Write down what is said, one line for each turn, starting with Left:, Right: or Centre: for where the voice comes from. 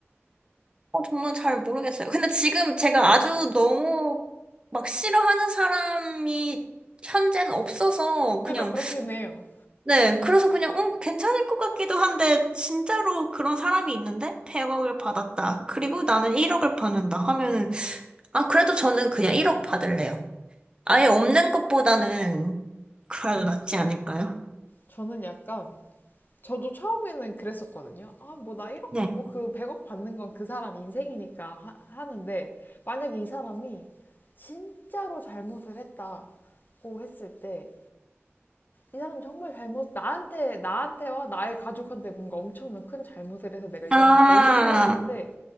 Right: 어, 정말 잘 모르겠어요. 근데 지금 제가 아주 너무 막 싫어하는 사람이 현재는 없어서 그냥,
Left: 그죠? 그렇긴 해요.
Right: 네, 그래서 그냥, 응, 괜찮을 것 같기도 한데, 진짜로 그런 사람이 있는데? 100억을 받았다. 그리고 나는 1억을 받는다 하면은, 아, 그래도 저는 그냥 1억 받을래요. 아예 없는 것보다는 그래도 낫지 않을까요?
Left: 저는 약간, 저도 처음에는 그랬었거든요. 아, 뭐 나 1억
Right: 네.
Left: 받고 그 100억 받는 건 그 사람 인생이니까 하, 하는데, 만약에 이 사람이 진짜로 잘못을 했다고 했을 때, 이 사람 정말 잘못, 나한테, 나한테와 나의 가족한테 뭔가 엄청난 큰 잘못을 해서 내가 이
Right: 아,
Left: 사람을 너무 싫어하는데,